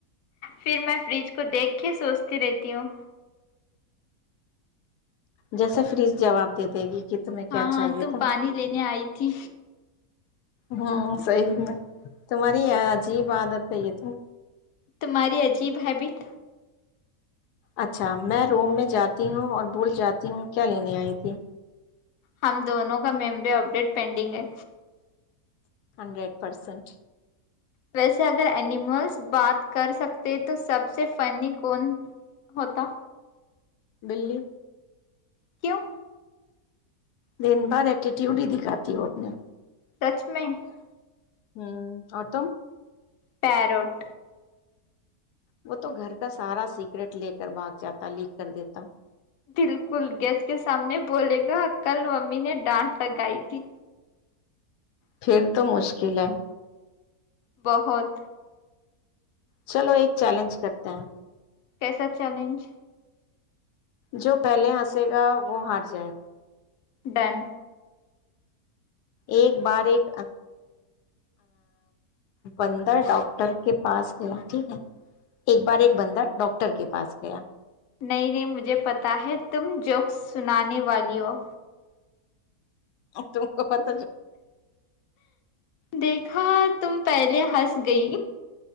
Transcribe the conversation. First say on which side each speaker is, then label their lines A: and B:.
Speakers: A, on the left; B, on the left.
A: پھر میں فریج کو دیکھ کے سوچتی رہتی ہوں
B: جیسے فریز جواب دے دے گی کہ تمہیں
A: ہاں
B: کیا چاہیے
A: ہاں تم
B: تھا
A: پانی لینے آئی تھی
B: ہوں صحی میں تمہاری عجیب عادت ہے یہ تو
A: تمہاری عجیب ہیبٹ
B: اچھا میں روم میں جاتی ہوں اور بھول جاتی ہوں کیا لینے آئی تھی
A: ہم دونوں کا میمی اپڈیٹ پینڈنگ ہے
B: ہنڈریڈ پرسنٹ
A: ویسے اگر اینیملس بات کر سکتے تو سب سے فنی کون ہوتا
B: بلی
A: کیوں
B: دن بار ایٹیٹیوڈ ہی دکھاتی وہ اپنے
A: سچ میں
B: ہمم اور تم
A: پیرٹ
B: وہ تو گھر کا سارا سیکریٹ لے کر بھاگ جاتا لکھ کر دیتا
A: بالکل گیسٹ کے سامنے بولے گا کل امی نے ڈانٹ لگائی تھی
B: پھر تو مشکل ہے
A: بہت
B: چلو ایک چیلنج کرتے ہیں
A: کیسا چیلنج
B: جو پہلے ہنسے گا وہ ہار جائے گا
A: ڈن
B: ایک بار ایک بندر ڈاکٹر کے پاس گیا ٹھیک ہے ایک بار ایک بندہ ڈاکٹر کے کے پاس گیا
A: نہیں نہیں مجھے پتا ہے تم جوکس سنانے والی ہو
B: تم کو پتا ہے
A: دیکھا تم پہلے ہس گئی